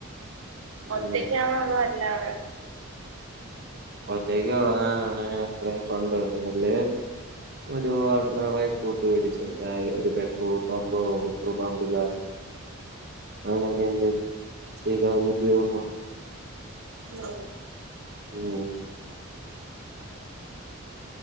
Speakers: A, on the right; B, on the right.
A: ഒറ്റക്കാണോ
B: ഉം
A: അതോ അല്ലാതെ?
B: ഒറ്റക്ക് തുടങ്ങാനാണ് അത്രയും ഫണ്ട് എട്ക്കുന്നെ ഒരു പാർട്ണറെ കൂ വേടിച്ചട്ടായ് ഒരു പെട്രോൾ പമ്പ് ഒരു പെട്രോൾ പമ്പില്ലാത്ത ആങ്ങനൊക്കെ ഉണ്ട് സ്ത്രീകളെ കൂട്ടി <unintelligible>
A: ഹലോ.
B: ഉം.